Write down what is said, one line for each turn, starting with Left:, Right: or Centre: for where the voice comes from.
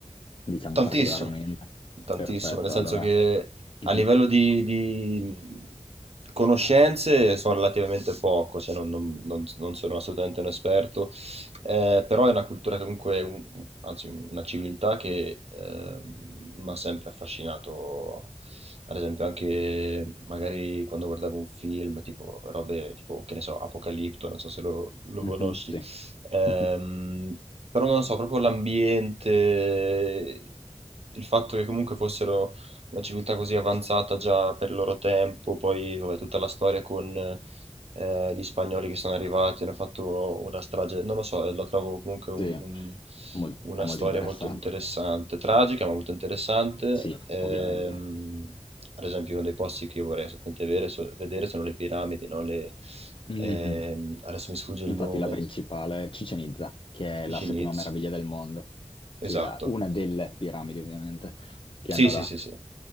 Left: diciamo
Right: Tantissimo,
Left: particolarmente.
Right: tantissimo,
Left: Perfetto,
Right: nel senso
Left: allora
Right: che a
Left: Mhm.
Right: livello di, di conoscenze so relativamente poco, cioè non, non- non- non sono assolutamente un esperto, eh, però è una cultura che comunque, un- anzi una civiltà che eh, mi ha sempre affascinato, ad esempio anche magari quando guardavo un film, tipo robe tipo, che ne so, Apocalipto, non so se lo lo
Left: Mhm.
Right: conosci
Left: Sì.
Right: Ehm,
Left: <laughs>
Right: però non lo so, proprio l'ambiente, il fatto che comunque fossero una civiltà così avanzata già per il loro tempo, poi vabbè, tutta la storia con eh, gli spagnoli che sono arrivati, hanno fatto una strage, non lo so, eh, la trovo comunque un-
Left: Sì,
Right: un-
Left: Mol-
Right: una
Left: è molto
Right: storia
Left: interessante.
Right: molto interessante, tragica ma molto interessante.
Left: Sì,
Right: Ehm,
Left: ovviamente.
Right: ad esempio uno dei posti che io vorrei assolutamente vedere, so- vedere sono le piramidi, no? Le-
Left: Mhm.
Right: ehm, adesso mi sfugge il
Left: Infatti
Right: nome,
Left: la principale, Chichen Itza, che è
Right: Dici
Left: la settima
Right: Needs,
Left: meraviglia del mondo.
Right: esatto.
Left: Sì, la- una delle piramidi ovviamente che
Right: Sì,
Left: hanno
Right: sì,
Left: là.
Right: sì, sì.